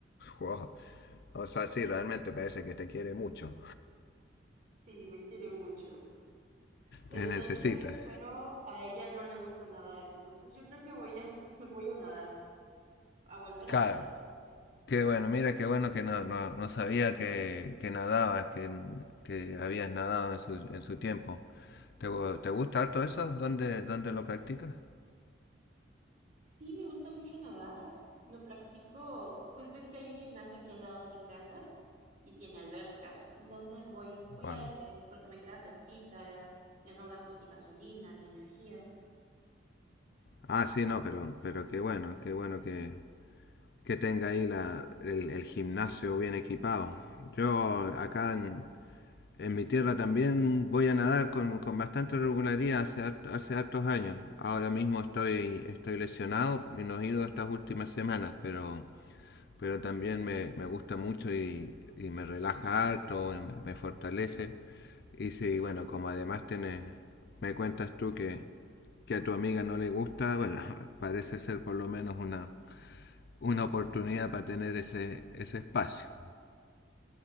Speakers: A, on the left; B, on the right.
A: Wow. O sea, sí, realmente parece que te quiere mucho.
B: Sí, me quiere mucho. Entonces,
A: Te necesita.
B: pero a ella no le gusta nadar, entonces yo creo que voy a, <laughs> voy a nadar. a volver
A: Claro.
B: a nadar.
A: Qué bueno, mira, qué bueno que no, no, no sabía que, que nadabas, que, que habías nadado en su, en su tiempo. ¿Te, te gusta harto eso? ¿Dónde, dónde lo practicas?
B: Sí, me gusta mucho nadar. Lo practico, pues ves que hay un gimnasio aquí al lado de mi casa y tiene alberca. Entonces voy, voy
A: Wow.
B: a ese porque me queda cerquita, ya no gasto ni gasolina ni energía.
A: Ah, sí, no, pero, pero qué bueno, qué bueno que, que tenga ahí la, el, el, gimnasio bien equipado. Yo acá en, en, mi tierra también voy a nadar con, con bastante regularidad hace, hace hartos años. Ahora mismo estoy, estoy lesionado y no he ido estas últimas semanas, pero, pero también me, me gusta mucho y, y, me relaja harto, me, me, fortalece. Y sí, bueno, como además tenés, me cuentas tú que, que a tu amiga no le gusta, <laughs> bueno, parece ser por lo menos una, una oportunidad para tener ese, ese espacio.